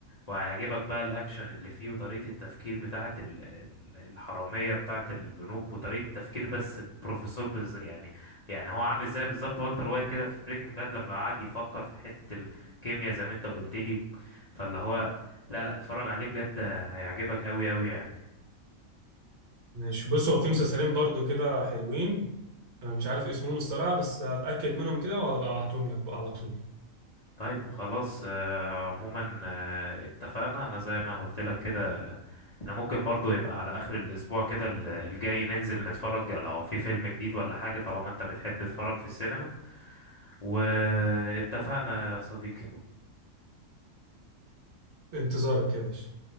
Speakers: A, on the left (about 45°); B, on the right (about 60°).
A: وهيعجبك بقى الاكشن اللي فيه وطريقة التفكير بتاعة ال- ال- الحرامية بتاعة البنوك وطريقة التفكير بس بروفيسور بز يعني يعني هو عامل ازاي بالظبط والتر وايت كده في بريكنج باد لما قعد يفكر في حتة الكيمياء زي ما انت قلت لي فاللي هو لا لا اتفرج عليه بجد هيعجبك قوي قوي يعني
B: ماشي بص هو في مسلسلين برضو كده حلوين انا مش عارف اسمهم الصراحه بس هتاكد منهم كده وهبقى ابعتهم لك بقى على طول
A: طيب خلاص آه، عموما آه، اتفقنا انا زي ما قلت لك كده احنا ممكن برضو يبقى على اخر الاسبوع كده ال- الجاي ننزل نتفرج لو في فيلم جديد ولا حاجة طالما انت بتحب تتفرج في السينما واتفقنا يا صديقي
B: انتظارك يا باشا